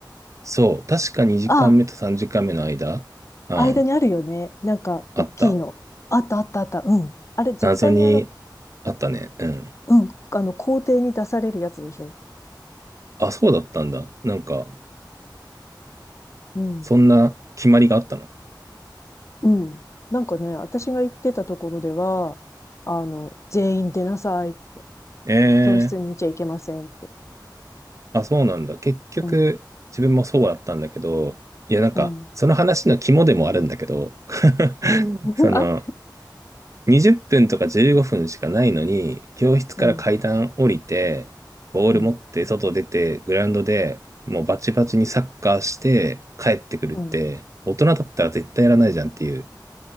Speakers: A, on the right; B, on the left.
A: そう。確か2時間目と3時間目の間、
B: ああ、
A: うん、
B: 間にあるよね。なんか、
A: あった。
B: 大きいの。あったあったあった。うん。あれ、絶対にあの、
A: 謎にあったね。うん。
B: うん、あの、校庭に出されるやつでしょ。
A: あ、そうだったんだ。なんか、
B: うん。
A: そんな決まりがあったの。
B: うん。なんかね、私が行ってたところでは、あの、全員出なさい。
A: えー、
B: 教室にいちゃいけませんって。
A: あ、そうなんだ。結局、
B: うん。
A: 自分もそうだったんだけど、いや、なんか、
B: うん。
A: その話の肝でもあるんだけど、<laughs>
B: うん。<laughs>
A: その、
B: あ、
A: 20分とか15分しかないのに、教室から階段降りて、
B: うん、
A: ボール持って外出て、
B: うん、
A: グラウンドでもうバチバチにサッカーして帰ってくるって、
B: うん、
A: 大人だったら絶対やらないじゃんっていう。